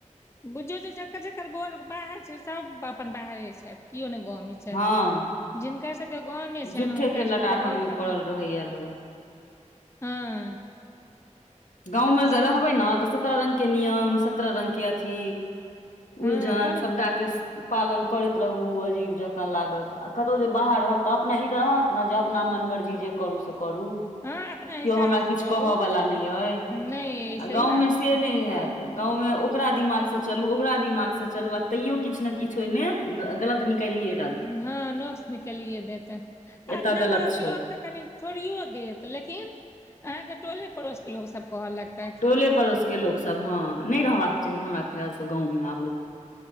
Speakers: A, on the left; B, on the left.
A: बुझौ, जे जाकर जाकर बोर बाहर छै, सभ अपन बाहरे छथि केओ ने गावमे। छै
B: हँ
A: जिनका सभके गामे छै,
B: झूठे
A: ने हुनका
B: के लटारहम
A: सभके तऽ रहऽ
B: मे
A: परतेन
B: पड़ल रहैया लोक
A: हँ।
B: गावमे
A: से छै
B: तऽ रहबै ने तऽ सत्रह रंगके नियम सत्रह रंगके अथी
A: हँ
B: उलझन
A: कर
B: सभटा मके पालन करैत रहू अजीब जकाँ लागत। आ कतहु जे बाहर रहत तऽ अपना ई तऽ रहत ने जे अपना मन मर्जी जे करू से करू। कियो
A: हँ अपना हिसाबसँ
B: हमरा किछ
A: चलू
B: कहवला नहि अइ
A: नहि
B: आ
A: सही
B: गावमे
A: बात
B: से
A: छै
B: नहि। नै हैत गावमे ओकरा दिमागसे चलू ओकरा दिमाग मसे चलू आ तैयो किछु ने। किछु ओहिमे गलत निकलिये
A: हँ नोक्स निकालिये देतै।
B: एतय
A: अपना
B: गलत
A: घरक
B: छौ
A: लोक तऽ कनि छोड़ियो देत लेकिन अहाँके टोले पड़ोसके लोक सब कहऽ लगतैथ।
B: टोले पड़ोसके लोक सब हँ नहि रहबाक चाही हमरा खयालसँ गाँवमे आब लोक